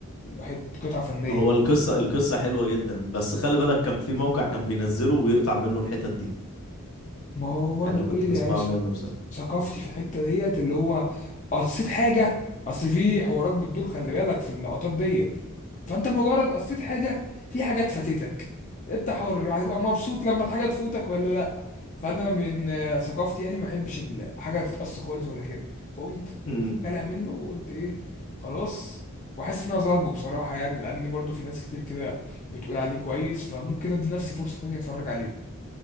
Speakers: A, on the left; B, on the left.
A: حته قطعة فنية
B: هو القصة القصة حلوة جدا بس خلي بالك كان في موقع كان بينزله ويقطع منه الحتت دي
A: ما هو برضو
B: انا كنت
A: ايه
B: بسمعه
A: يعني
B: منه بصراحة
A: ثقافتي في الحته ديت اللي هو قصيت حاجه اصل في حوارات بتدور خلي بالك في اللقطات ديت فانت مجرد قصيت حاجه في حاجات فاتتك انت حر هتبقى مبسوط لما الحاجه تفوتك ولا لا فانا من آه، ثقافتي يعني ما احبش الحاجه تتقص خالص ولا كده فقمت
B: امم
A: قلع منه وقلت ايه خلاص وحاسس ان انا ظالمه بصراحه يعني لان برضو في ناس كتير كده بتقول عليه كويس فممكن ادي نفسي فرصه تانية اتفرج عليه